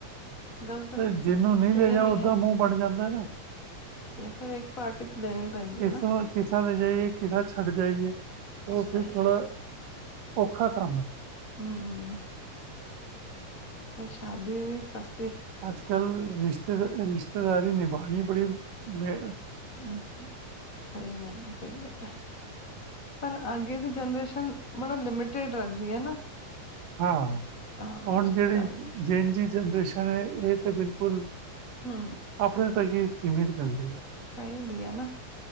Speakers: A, on the left (about 30°); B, on the right (about 70°).
A: ਗੱਲ਼ ਤਾ
B: ਤੇ ਜਿਹਨੂੰ ਨਹੀਂ
A: ਸੇਮ
B: ਲੈ ਜਾਓ
A: ਈ
B: ਉਹਦਾ
A: ਏ।
B: ਮੂੰਹ ਬਣ ਜਾਂਦਾ ਹੈਗਾ।
A: ਪਰ ਇੱਕ ਪਾਰਟੀ ਤਾਂ ਦੇਣੀ ਪੈਂਦੀ
B: ਕਿਸ-
A: ਹੈ ਨਾ
B: ਕਿਸ ਰਾ ਲੈ ਜਾਈਏ ਕਿਸ ਰਾ ਛੱਡ ਜਾਈਏ ਉਸ
A: ਸਹੀ
B: ਤੋਂ ਥੋੜਾ
A: ਹੈ
B: ਔਖਾ ਕੰਮ ਐ।
A: ਹੂੰ-ਹੂੰ। ਹੁਣ ਸ਼ਾਡੀ ਵੀ ਸਸ
B: ਅੱਜ ਕੱਲ ਰਿਸ਼ਤੇ ਰਿਸ਼ਤੇਦਾਰੀ ਨਿਬਾਣੀ ਬੜੀ ਮੇ
A: ਹੂੰ ਸਹੀ ਗੱਲ ਹੈ-ਸਹੀ ਗੱਲ ਪਰ ਅੱਗੇ ਦੀ ਜਨਰੇਸ਼ਨ ਬੜਾ ਲਿਮਟਡ ਰੇਦੀ ਏ ਨਾ।
B: ਹਾਂ
A: ਹਾਂ
B: ਹੁਣ
A: ਰਿਸ਼ਤੇਦਾਰੀ
B: ਜਿਹੜੀ ਜਿਨ ਜੀ ਜਨਰੇਸ਼ਨ ਹੈ ਇਹ ਤੇ ਬਿਲਕੁਲ
A: ਹੂੰ।
B: ਆਪਣੇ ਤੱਕ ਈ ਸੀਮਿਤ ਰਹਿੰਦੇ ਐ।
A: ਸਹੀ ਬੀ ਹੈ ਨਾ